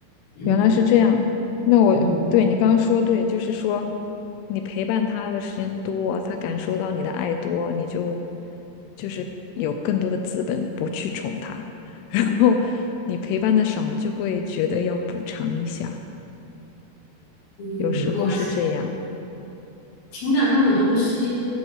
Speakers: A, on the left; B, on the left.
A: 嗯
B: 原来是这样。那我对你刚刚说对，
A: 嗯，
B: 就是说你陪伴他的时间多，他感受到你的爱多，你就就是有更多的资本不去宠他。<laughs> 然后你陪伴的少，就会觉得要补偿一下，
A: 你如果是
B: 有时候是这样。
A: 情感上的东西，